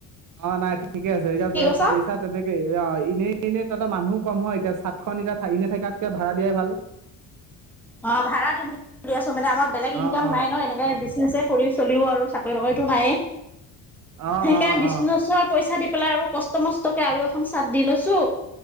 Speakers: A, on the right; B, in the centre.
A: অঁ, নাই ঠিকে আছে। এতিয়া
B: কি কৈছ
A: পই- চা তেনেকে অ‌ঁ এনেই এইনেই তহঁতৰ মানুহ কম হয় এতিয়া, চাতখন এতিয়া এনেই থকাতকে ভাড়া দিয়াই ভাল।
B: অঁ, ভাড়াত দিম ভাৱি আছো মানে আমাৰ বেলেগ ইনকাম
A: অ অ
B: নাই ন। এনেকে বিজনে- নেছে কৰি চলিও আৰু, চাকৰি -বাকৰিতটো নায়ে।
A: অ
B: সেইকাৰণে
A: অ
B: বিজনেছৰ
A: অ
B: পইচা দি পেলাই আৰু। কষ্ট মষ্টকে আৰু এখন চাদ দি লৈছো,